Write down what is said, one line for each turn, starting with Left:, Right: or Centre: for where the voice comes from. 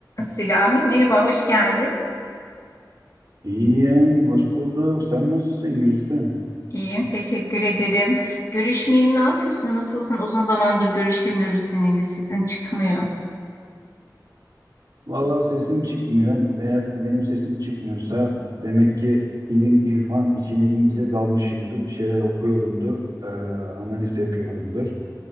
Left: Selami, merhaba, hoş geldin.
Right: İyiyim, hoş bulduk. Sen nasılsın Gülsüm?
Left: İyiyim, teşekkür ederim. Görüşmeyeli ne yapıyorsun, nasılsın? Uzun zamandır görüşemiyoruz seninle, sesin çıkmıyor.
Right: Vallahi sesim çıkmıyor. Eğer benim sesim çıkmıyorsa demek ki ilim, irfan içine iyice dalmışımdır. Bir şeyler okuyorumdur, eee, analiz yapıyorumdur.